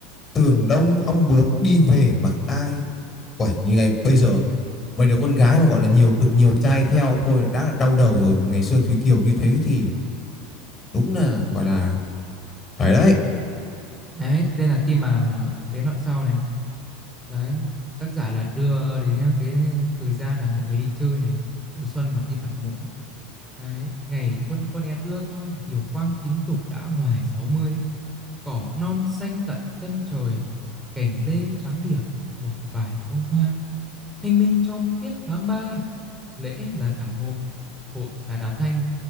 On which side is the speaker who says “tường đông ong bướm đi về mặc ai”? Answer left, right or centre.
Left